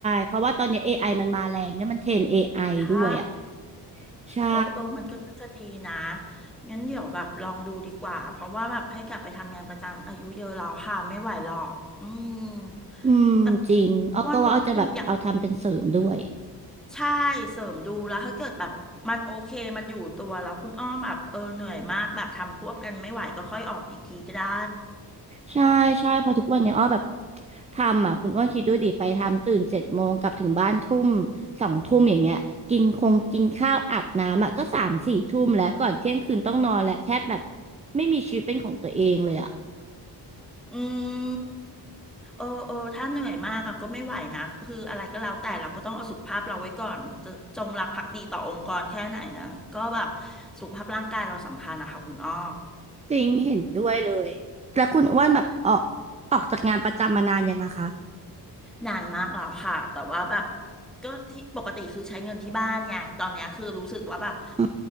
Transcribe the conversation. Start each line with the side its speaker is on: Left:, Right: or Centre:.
Right: เพราะว่าตอนเนี้ย AI มันมาแรงเนี่ยมันเทรน AI
Centre: ใช่
Right: ด้วยอ่ะใช่
Centre: เออเออมันก็น่าจะดีนะงั้นเดี๋ยวแบบลองดูดีกว่าเพราะว่าแบบให้กลับไปทำงานประจำอายุเยอะแล้วค่ะไม่ไหวหรอกอืม
Right: อืมจริงอ้อก็ว่าอ้อจะแบบเอาทำเป็นเสริมด้วย
Centre: แต่อ้วนว่าคุณอย่างใช่เสริมดูแล้วถ้าเกิดแบบมันโอเคมันอยู่ตัวแล้วคุณอ้อมแบบเออเหนื่อยมากแบบทำควบกันไม่ไหวก็ค่อยออกอีกทีก็ได้
Right: ใช่ใช่เพอทุกวันเนี่ยอ้อแบบทำอ่ะคุณอ้วนคิดดูดิไปทำตื่นเจ็ดโมงกลับถึงบ้านทุ่มสองทุ่มอย่างเงี้ยกินคงกินข้าวอาบน้ำอ่ะก็สามสี่ทุ่มแล้วก่อนเที่ยงคืนต้องนอนและแทบแบบไม่มีชีวิตเป็นของตัวเองเลยอ่ะ
Centre: อืมเออเออถ้าเหนื่อยมากอะก็ไม่ไหวนะคืออะไรก็แล้วแต่เราก็ต้องเอาสุขภาพเราไว้ก่อนจะจงรักภักดีต่อองค์กรแค่ไหนนะก็แบบสุขภาพร่างกายเราสำคัญนะคะคุณอ้อ
Right: จริงเห็นด้วยเลยแล้วคุณอ้วนแบบออกออกจากงานประจำมานานยังอะคะ
Centre: นานมากแล้วค่ะแต่ว่าแบบก็ที่ปกติคือใช้เงินที่บ้านไงตอนเนี้ยคือรู้สึกว่าแบบ
Right: อื